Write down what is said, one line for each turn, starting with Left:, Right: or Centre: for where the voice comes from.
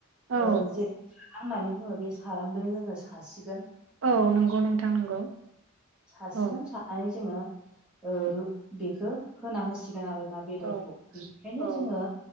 Right: औ
Centre: ओ जेरै सारां होननानै बुङो बे सारांदों जोङो सासिगोन
Right: औ नंगौ नोंथां नंगौ
Centre: सासिगोन
Right: औ
Centre: सानानै जोङो रु ओ बेखौ होना होसिगोन आरो ना बेदरखौ
Right: औ
Centre: बिनिखायनो
Right: औ
Centre: जोङो